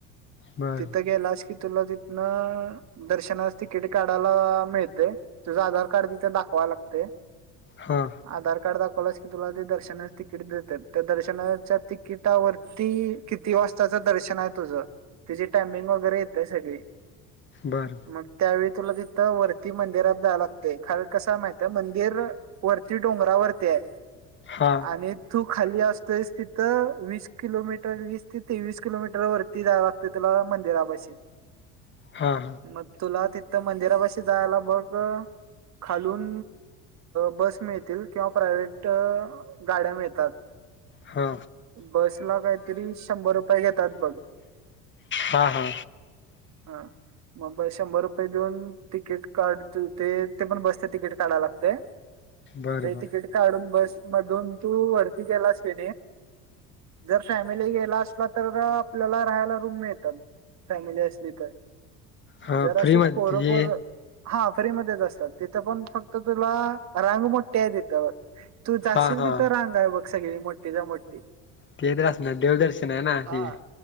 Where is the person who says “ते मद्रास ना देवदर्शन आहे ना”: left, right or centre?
Left